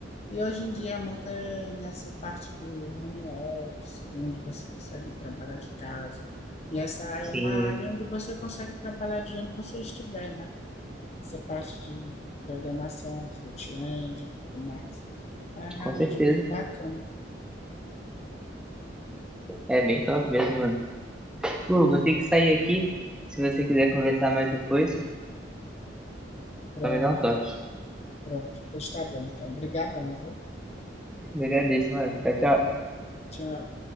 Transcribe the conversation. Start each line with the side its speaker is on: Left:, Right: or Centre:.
Left: E hoje em dia, é muito é nessa parte do home office, de onde você consegue trabalhar de casa. E essa é
Centre: Sim,
Left: uma área onde você consegue trabalhar de onde você estiver, né? Essa parte de programação, front-end e tudo mais. É realmente
Centre: com certeza.
Left: muito bacana.
Centre: É bem top mesmo, mano. Pô,
Left: Então,
Centre: vou ter que sair aqui. Se você quiser conversar mais depois,
Left: pronto,
Centre: só me dá um toque.
Left: pronto, pois tá bom. Então, brigadão, viu?
Centre: Eu agradeço, mano. Tchau, tchau.
Left: Tchau.